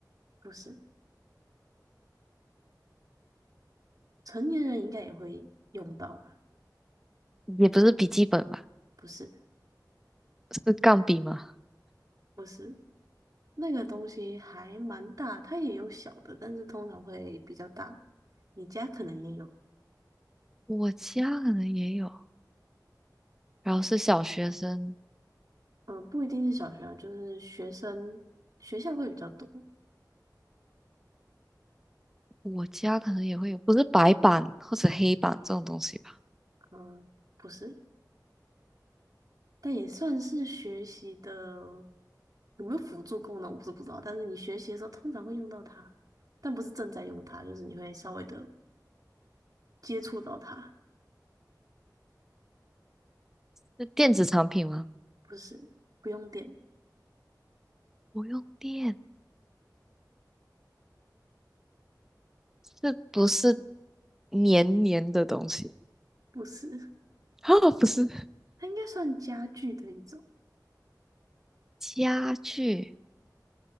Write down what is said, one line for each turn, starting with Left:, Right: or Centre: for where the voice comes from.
Right: 不是，成年人应该也会用到吧？
Centre: 也不是笔记本吧？
Right: 就不是，
Centre: 是钢笔吗？
Right: 不是，那个东西还蛮大，它也有小的，但是通常会比较大。你家可能也有，
Centre: 我家可能也有，然后是小学生。
Right: 嗯、呃不一定是小学啊，就是学生学校会比较多，
Centre: 我家可能也会有，不是白板或者黑板这种东西吧？
Right: 嗯、不是，但也算是学习的有没有辅助功能我是不知道，但是你学习的时候通常会用到它，但不是正在用它，就是你会稍微的接触到它，
Centre: 是电子产品吗？
Right: 不是，不用电，
Centre: 不用电，是不是黏黏的东西？
Right: 不是，
Centre: <laughs> 啊，不是
Right: 它应该算家具的一种。
Centre: 家具，